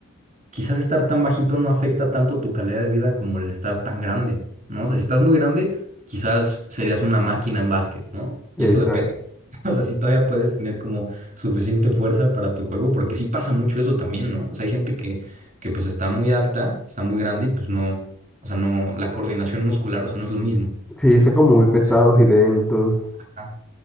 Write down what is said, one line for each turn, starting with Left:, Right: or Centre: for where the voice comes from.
Right: quizás estar tan bajito no afecta tanto tu calidad de vida como el estar tan grande, ¿no? O sea, si estás muy grande, quizás serías una máquina en básquet, ¿no?
Centre: Exacto.
Right: Y eso depende. <laughs> O sea, si todavía puedes tener como suficiente fuerza para tu cuerpo, porque sí pasa mucho eso también, ¿no? O sea, hay gente que, que pues está muy alta, está muy grande y pues no, o sea, no, la coordinación muscular, o sea, no es lo mismo.
Centre: Sí, son como muy pesados
Right: Entonces,
Centre: y lentos.
Right: ajá,